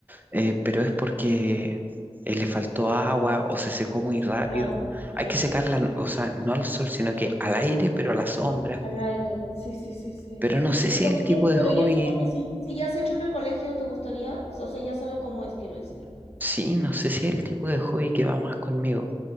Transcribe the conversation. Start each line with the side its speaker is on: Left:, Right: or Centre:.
Right: eh, pero es porque eh, le faltó agua o se secó muy rápido.
Left: Claro, claro.
Right: Hay que secarla, n- o sea, no al sol, sino que al aire, pero a la sombra.
Left: Al, al aire, sí, sí, sí, sí.
Right: Pero no sé
Left: Pero,
Right: si es el
Left: ¿y
Right: tipo
Left: es-
Right: de
Left: pero
Right: hobby,
Left: y eso porque si, si ya has hecho en el colegio, ¿te gustaría? O sea, ya sabes cómo es, quiero decir.
Right: sí, no sé si es el tipo de hobby que va más conmigo.